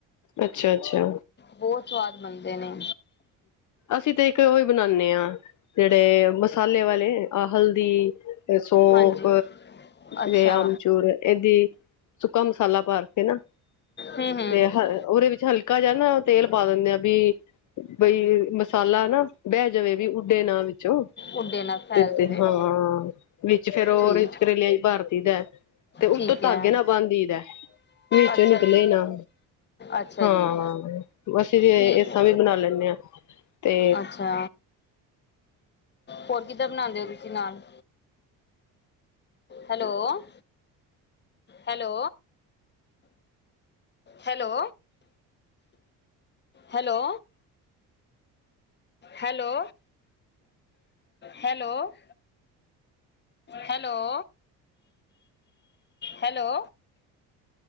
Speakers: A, on the left; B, on the left.
A: ਅੱਛਾ ਅੱਛਾ
B: ਬਹੁਤ ਸਵਾਦ ਬਨਦੇ ਨੇ
A: ਅਸੀਂ ਤੇ ਇੱਕ ਉਹੀ ਬਣਾਉਦੇ ਹਾਂ ਜਿਹੜੇ ਮਸਾਲੇ ਵਾਲੇ ਆ ਹਲਦੀ ਸੌਂਫ
B: ਹਾਂਜੀ ਅੱਛਾ
A: ਤੇ ਆਮਚੂਰ ਇਹਦੀ ਸੁੱਕਾ ਮਸਾਲਾ ਭਾਰ ਕੇ ਨਾ
B: ਹੂੰ ਹੂੰ
A: ਤੇ ਹ ਉਹਦੇ ਵਿੱਚ ਹਲਕਾ ਜਿਹਾ ਤੇਲ ਪਾ ਦਿੰਦੇ ਆ ਬ ਬਈ ਮਸਾਲਾ ਨਾ ਬਹਿ ਜਾਵੇ ਵੀ ਉੱਡੇ ਨਾਂ ਵਿੱਚੋਂ
B: ਉੱਡੇ ਨਾ ਫੈਲ ਜਾਵੇ
A: ਤੇ ਹਾਂ ਵਿੱਚ ਫਿਰ ਉਹ
B: ਠੀਕ
A: ਓਰੇਂਜ ਕਰੇਲਾ ਲਿਆ ਹੀ ਭਾਰਤੀ ਦਾ ਤੇ
B: ਠੀਕ
A: ਉਤੋਂ ਧਾਗੇ
B: ਹੈ
A: ਨਾ ਬੰਦ ਦਈਦਾ ਵਿੱਚੋਂ
B: ਅੱਛਾ
A: ਨਿਕਲੇ
B: ਜੀ
A: ਨਾ
B: ਅੱਛਾ
A: ਹਾਂ
B: ਜੀ
A: ਅਸੀਂ ਜ
B: ਠੀਕ
A: ਇਸ
B: ਹੈ
A: ਤਰ ਵੀ ਬਣਾ ਲੈਂਦੇ ਹਾਂ ਤੇ
B: ਅੱਛਾ ਹੋਰ ਕਿੱਦਾਂ ਬਣਾਉਂਦੇ ਹੋ ਤੁਸੀਂ naan hello hello hello hello hello hello hello hello